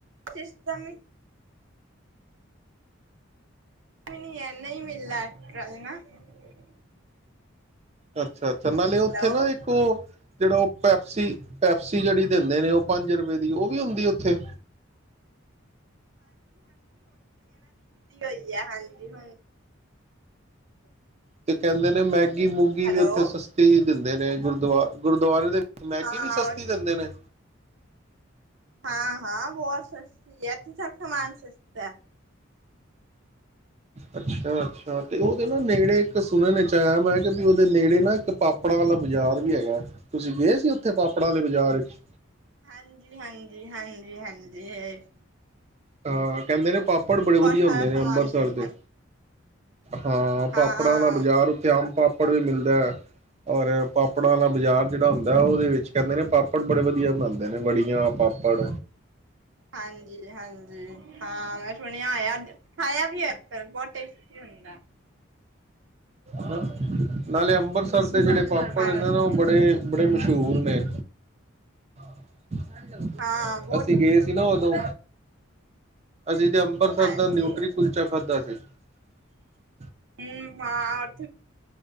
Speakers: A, on the right; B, on the right.
A: ਸਿਸਟਮ ਵੀ ਨਹੀਂ ਹੈ ਨਹੀਂ ਮਿਲਦਾ ਐਕਟਰਲ ਨਾ <unintelligible>
B: ਅਹ <unintelligible> ਅੱਛਾ ਤੇ ਨਾਲੇ
A: ਹੈਲੋ
B: ਉੱਥੇ ਨਾ ਇੱਕ ਉਹ ਜਿਹੜਾ ਉਹ ਪੈਪਸੀ ਪੈਪਸੀ ਜਿਹੜੀ ਦਿੰਦੇ ਨੇ ਉਹ ਪੰਜ ਰੁਪਏ ਦੀ ਉਹ ਵੀ ਹੁੰਦੀ ਉੱਥੇ
A: ਲੱਗੀ ਹੋਈ ਹੈ ਹਾਂਜੀ ਹੁਣ
B: ਤੇ ਕਹਿੰਦੇ ਨੇ ਮੈਂ ਗੀ ਮੂੰਗੀ
A: ਹੈਲੋ
B: ਵੀ ਉੱਥੇ ਸਸਤੀ ਦਿੰਦੇ ਨੇ ਗੁਰਦੁਆ ਗੁਰਦੁਆਰੇ ਦੇ ਮੈਗੀ
A: ਹਾਂ
B: ਵੀ ਸਸਤੀ ਦਿੰਦੇ ਨੇ
A: ਹਾਂ ਹਾਂ ਬਹੁਤ ਸਸਤੀ ਹੈ। ਕਿ ਸਭ ਸਮਾਨ ਸਸਤਾ ਹੈ।
B: ਅੱਛਾ ਅੱਛਾ ਤੇ ਉਹਦੇ ਨਾ ਨੇੜੇ ਇੱਕ ਸੁਣਨ ਵਿੱਚ ਆਇਆ ਮੈਂ ਕਿ ਵੀ ਉਹਦੇ ਨੇੜੇ ਨਾ ਇੱਕ ਪਾਪੜਾ ਵਾਲਾ ਬਾਜ਼ਾਰ ਵੀ ਹੈਗਾ ਤੁਸੀਂ ਗਏ ਸੀ ਉੱਥੇ ਪਾਪੜਾ ਵਾਲੇ ਬਾਜ਼ਾਰ ਵਿੱਚ
A: ਹਾਂਜੀ ਹਾਂਜੀ ਹਾਂਜੀ ਹਾਂਜੀ ਇਹ <unintelligible>
B: ਹਾਂ ਕਹਿੰਦੇ ਨੇ ਪਾਪੜ ਬੜੇ ਵਧੀਆ
A: ਸਾਰਾ
B: ਹੁੰਦੇ
A: ਸਮਾਨ
B: ਨੇ ਅੰਬ੍ਰਸਰ
A: ਮਿਲਦਾ
B: ਦੇ ਹਾਂ
A: ਹਾਂ
B: ਪਾਪੜਾਂ ਦਾ ਬਾਜ਼ਾਰ ਉੱਥੇ ਅੰਬ ਪਾਪੜ ਪਾਪੜ ਵੀ ਮਿਲਦਾ ਔਰ ਪਾਪੜਾਂ ਵਾਲਾ ਬਾਜ਼ਾਰ ਜਿਹੜਾ ਹੁੰਦਾ ਉਹਦੇ ਵਿੱਚ ਕਹਿੰਦੇ ਨੇ ਪਾਪੜ ਬੜੇ ਵਧੀਆ ਬਣਾਂਦੇ ਨੇ ਵੜੀਆਂ ਪਾਪੜ
A: ਹਾਂਜੀ ਹਾਂਜੀ ਜ <unintelligible> ਹਾਂ ਮੈਂ ਸੁਣਿਆ ਹੋਇਆ ਖਾਇਆ ਵੀ ਹੈ ਬਹੁਤ ਟੇਸਟੀ ਹੁੰਦਾ
B: ਹਾਂ ਨਾਲੇ ਅੰਮ੍ਰਿਤਸਰ ਦੇ ਜਿਹੜੇ ਪਾਪੜ
A: ਹਾਂਜੀ
B: ਨੇ ਨਾ ਉਹ ਬੜੇ ਬੜੇ ਮਸ਼ਹੂਰ ਨੇ <inaudible>
A: ਹਾਂ ਬਹੁਤ
B: ਅਸੀਂ
A: ਮਸ਼ਹੂਰ
B: ਗਏ ਸੀ ਨਾ
A: ਨੇ
B: ਉਦੋਂ ਅਸੀਂ ਇਹਦੇ ਅੰਮ੍ਰਤਸਰ
A: ਹਾਂਜੀ
B: ਦਾ ਨਿਊਟਰੀ ਕੁਲਚਾ ਖਾਧਾ ਸੀ ਸ <unintelligible>
A: ਹਮ ਆ <unintelligible>